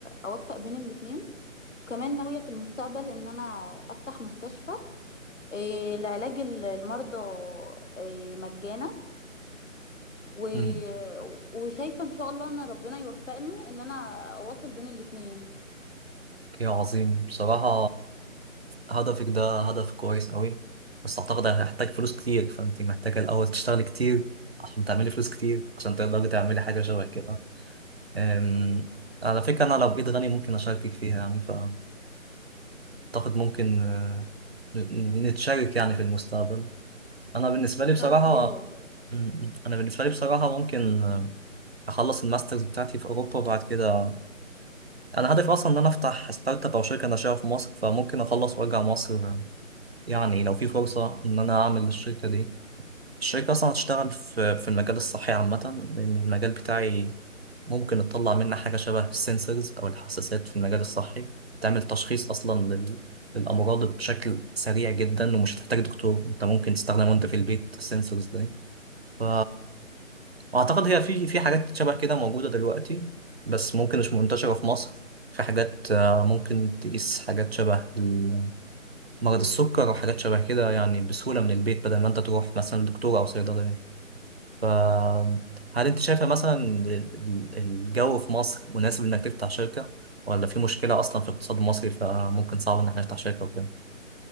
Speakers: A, on the left; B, on the right.
A: اوفق بين الاتنين وكمان ناوية في المستقبل ان انا افتح مستشفى آه، لعلاج المرضى آه، مجانا و...
B: امم
A: وشايفة ان شاء الله ان ربنا يوفقني ان انا اواصل بين الاتنين
B: يا عظيم بصراحة هدفك ده هدف كويس قوي بس أعتقد هتحتاج فلوس كتير فأنت محتاجة الأول تشتغلي كتير عشان تعملي فلوس كتير عشان تقدري تعملي حاجة شبه كده أم، على فكرة أنا لو بإيد غني ممكن أشاركك فيها يعني فأعتقد ممكن آه، ن- نتشارك يعني في المستقبل أنا بالنسبة لي بصراحة
A: شرف ليا
B: م- أنا بالنسبة لي بصراحة ممكن آه، أخلص الماسترز بتاعتي في أوروبا وبعد كده أنا هدفي أصلا إن أنا أفتح ستارت أب أو شركة ناشئة في مصر فممكن أخلص وأرجع مصر يعني لو في فرصة إن أنا أعمل الشركة دي الشركة أصلا هتشتغل في في المجال الصحي عامة لأن المجال بتاعي ممكن تطلع منه حاجة شبه السنسورز أو الحساسات في المجال الصحي تعمل تشخيص أصلا لل... للأمراض بشكل سريع جدا ومش هتحتاج دكتور أنت ممكن تستخدمه أنت في البيت السنسورز دي ف... وأعتقد هي في في حاجات شبه كده موجودة دلوقتي بس ممكن مش منتشرة في مصر في حاجات آه، ممكن تقيس حاجات شبه ال- مرض السكر وحاجات شبه كده يعني بسهولة من البيت بدل ما أنت تروح مثلا دكتور أو صيدلية فهل انت شايفة مثلا ال- الجو في مصر مناسب انك تفتح شركة ولا في مشكلة اصلا في الاقتصاد المصري فممكن صعب ان احنا نفتح شركة وكده